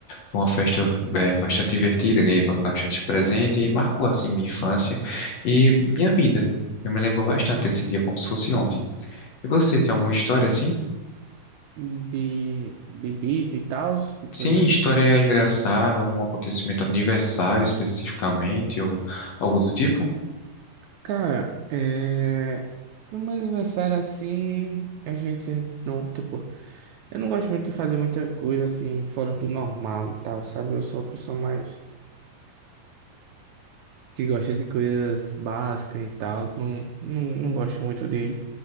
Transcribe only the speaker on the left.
Foi uma festa eh, bastante divertida, ganhei ba- bastante presente e marcou assim minha infância e minha vida. Eu me lembro bastante desse dia como se fosse ontem. E você tem alguma história assim?
Sim, história engraçada, algum acontecimento aniversário especificamente, ou algo do tipo?